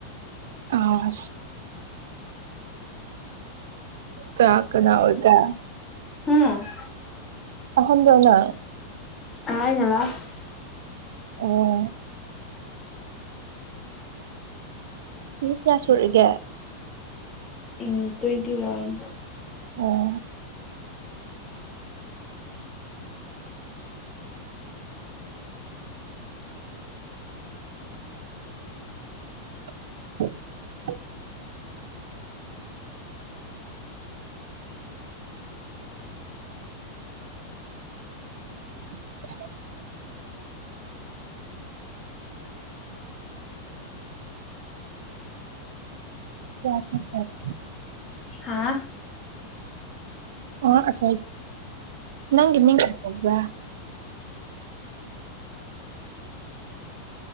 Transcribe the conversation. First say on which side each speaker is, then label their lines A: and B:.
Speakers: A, on the right; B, on the left.
A: ꯑꯥ ꯀꯥ ꯀꯅꯥ ꯑꯣꯏꯗ
B: ꯍꯨꯝ
A: ꯑꯍꯟꯗꯅ
B: ꯑꯥ ꯑꯩꯅ ꯂꯥꯁ
A: ꯑꯣ ꯆꯍꯤ ꯀꯌꯥ ꯁꯨꯔꯒꯦ
B: ꯎꯝ ꯇ꯭ꯋꯦꯟꯇꯤ ꯋꯥꯟ
A: ꯑꯣ <inaudible> <inaudible> <unintelligible>
B: ꯍꯥꯥ
A: ꯑ ꯑꯁ ꯅꯪꯒꯤ ꯃꯤꯡ ꯀ꯭ꯔꯤ ꯀꯧꯕ꯭ꯔ